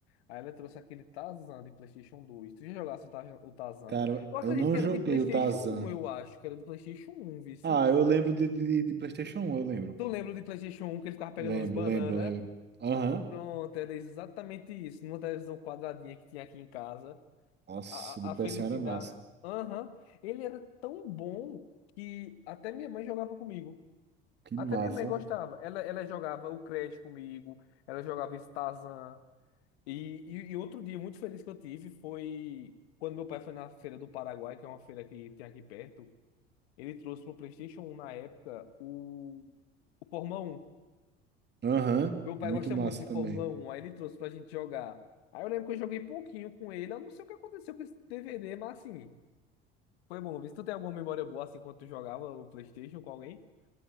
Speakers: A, on the left; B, on the right.
A: Aí ela trouxe aquele Tarzan de PlayStation dois Tu já jogasse o Tarzan? o Tarzan?
B: Cara,
A: Eu acredito
B: eu não
A: que era
B: joguei
A: de PlayStation
B: o Tarzan.
A: um eu acho. Que era de PlayStation 1, vice.
B: Ah, eu lembro de, de, de PlayStation 1, eu lembro.
A: Tu lembra do PlayStation um que ele ficava pegando
B: Lembro,
A: as bananas?
B: lembro, lembro. Aham.
A: Pronto, era exatamente isso. Numa televisão quadradinha que tinha aqui em casa,
B: Nossa,
A: a,
B: de PS1
A: a, a felicidade.
B: era massa.
A: Aham. Ele era tão bom que até minha mãe jogava comigo.
B: Que
A: Até
B: massa.
A: minha mãe gostava. Ela, ela jogava o Crash comigo, ela jogava esse Tarzan. E, e, e outro dia muito feliz que eu tive foi quando meu pai foi na feira do Paraguai, que é uma feira que tem aqui perto. Ele trouxe pro PlayStation 1 na época o, o Fórmula 1.
B: Aham.
A: Meu pai
B: Muito
A: gosta
B: massa
A: muito de
B: também.
A: Fórmula Um, aí ele trouxe pra gente jogar. Aí eu lembro que eu joguei pouquinho com ele, eu não sei o que aconteceu com esse DVD, mas assim, foi bom. Vê se tu tem alguma memória boa assim quando tu jogava o PlayStation com alguém.